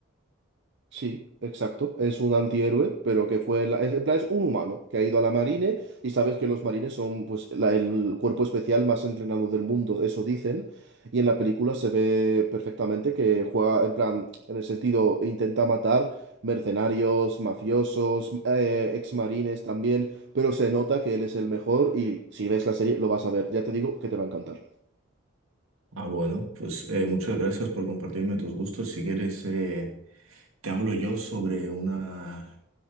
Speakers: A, on the right; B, on the right.
A: Sí, exacto. Es un antihéroe, pero que fue... La... Es, en plan, es un humano que ha ido a la marine y sabes que los marines son pues la- el cuerpo especial más entrenado del mundo, eso dicen. Y en la película se ve perfectamente que juega, en plan, en el sentido, intenta matar mercenarios, mafiosos, eh, exmarines también, pero se nota que él es el mejor y si ves la serie lo vas a ver. Ya te digo que te va a encantar.
B: Ah, bueno, pues eh, muchas gracias por compartirme tus gustos. Si quieres, eh, Te hablo yo sobre una...